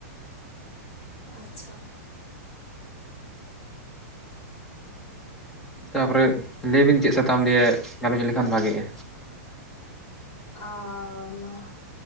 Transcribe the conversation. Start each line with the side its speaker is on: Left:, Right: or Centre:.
Left: ᱟᱪᱪᱷᱟ᱾
Centre: ᱛᱟᱯᱚᱨᱮ ᱞᱟᱹᱭ ᱵᱤᱱ ᱪᱮᱫ ᱥᱟᱛᱟᱢ ᱞᱤᱭᱮ ᱜᱟᱞᱚᱪ ᱞᱮᱠᱷᱟᱱ ᱵᱷᱟᱜᱤᱜᱼᱟ?
Left: ᱟᱻ ᱢᱟ,